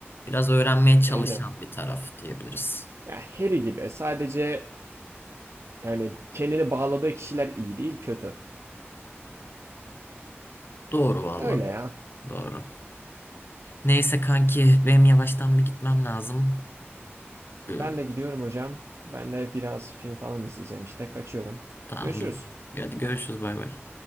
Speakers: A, on the left; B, on the right.
A: Biraz öğrenmeye çalışan
B: Yani
A: bir taraf diyebiliriz.
B: ya Harry gibi sadece yani kendini bağladığı kişiler iyi değil kötü.
A: Doğru valla.
B: Öyle ya
A: Doğru. Neyse kanki benim yavaştan bir gitmem lazım. Ee,
B: Ben de gidiyorum hocam. Ben de biraz film falan izleyeceğim işte. Kaçıyorum.
A: tamam
B: Görüşürüz.
A: dur. Hadi görüşürüz bay bay.